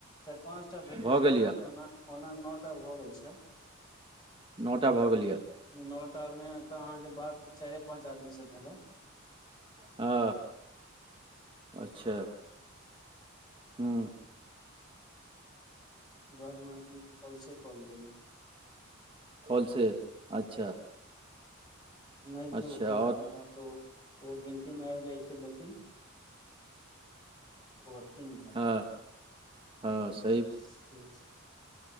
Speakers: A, on the left; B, on the right.
A: चार पाँचटा भेलै
B: भऽ
A: जनन
B: गेल यए
A: ओना ओना नओ टा भऽ गेल छय
B: नौटा भऽ गेल यऽ
A: नओ टा में तऽ अहाँके बात चारे पाच आदमी से भेलै
B: हँ अच्छा हम्म
A: बाज म कलसे कॉल गेलौ
B: फल से अच्छा
A: नइ केठ
B: अच्छा आओर
A: छथिन तहन तऽ ओ गिनती मे आबि जाई छै लेकिन ओथिन नइ
B: हाँ हस
A: सोच हूँ